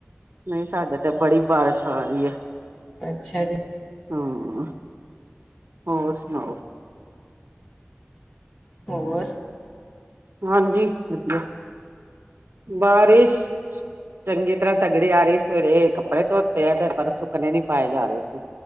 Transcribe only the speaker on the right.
ਨਹੀਂ ਸਾਡੇ ਤੇ ਬੜੀ ਬਾਰਿਸ਼ ਆ ਰਹੀ ਏ।
ਹਾਂ, ਔਰ ਸੁਣਾਓ।
ਹਾਂਜੀ ਵਧੀਆ। ਬਾਰਿਸ਼ ਚੰਗੀ ਤਰਾਂ ਤਗੜੀ ਆ ਰਹੀ, ਸਵੇਰੇ ਕੱਪੜੇ ਧੋਤੇ ਆ ਤੇ। ਪਰ ਸੁਕਨੇ ਨੀ ਪਾਏ ਜਾ ਰਹੇ ਸੀ।